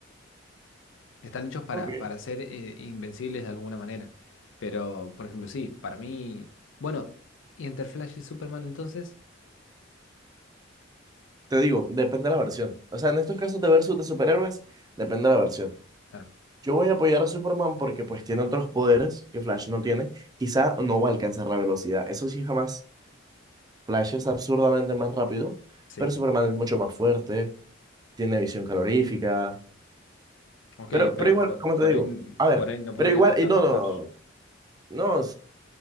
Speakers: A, on the left (about 70°); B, on the right (about 20°).
A: están hechos para,
B: Ok.
A: para ser eh, invencibles de alguna manera. Pero, por ejemplo, sí, para mí. Bueno, ¿y entre Flash y Superman entonces?
B: Te digo, depende de la versión. O sea, en estos casos de versus de superhéroes, depende de la versión.
A: Claro,
B: Yo voy a apoyar a Superman porque pues tiene otros poderes que Flash no tiene. Quizá no va a alcanzar la velocidad. Eso sí, jamás. Flash es absurdamente más rápido,
A: sí.
B: pero Superman es mucho más fuerte, tiene visión calorífica.
A: Ok,
B: Pero, pero
A: pero
B: igual,
A: por,
B: como
A: por
B: te digo?
A: ahí, n-
B: A ver,
A: por ahí no podría
B: pero igual,
A: tocarlo
B: y no,
A: a
B: no,
A: Flash.
B: no. no, no,